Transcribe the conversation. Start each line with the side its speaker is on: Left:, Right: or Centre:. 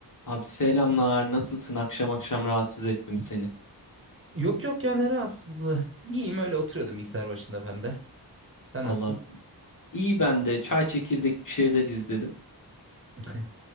Left: Abi selamlar. Nasılsın? Akşam akşam rahatsız ettim seni.
Right: Yok yok ya ne rahatsızlığı. İyiyim öyle oturuyordum bilgisayar başında ben de. Sen
Left: Vallahi
Right: nasılsın?
Left: iyi ben de çay çekirdek bir şeyler izledim.
Right: <laughs>